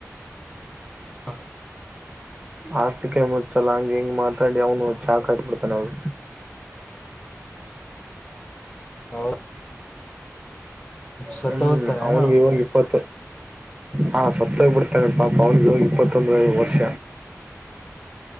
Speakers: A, on the left; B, on the right.
A: ಹಾ
B: ಆಸ್ಿಕ ಮುಚ್ಚಲ ಹಂಗ ಹೆಂಗ ಮಾತಾಡಿ ಅವನು ಚಾಕ್ ಹಾಕ್ಬಿಡ್ತಾನ ನ ಅವ್
A: ಹೌದ. ಸತ್ತ
B: ಹ್ಮ್
A: ಹೋಗ್ತಾನೆ
B: ಅವನ್ಗೆ
A: ನಾವು
B: ಇ ಒನ್ ಇಪ್ಪತ್ತ. ಹಾ ಸತ್ತೋಗ್ ಬಿಡ್ತಾರೆ ಪಾಪ ಅವ್ನಿಗೆ ಇವಾಗ ಇಪ್ಪತ್ತೊಂದ ವರ್ಷ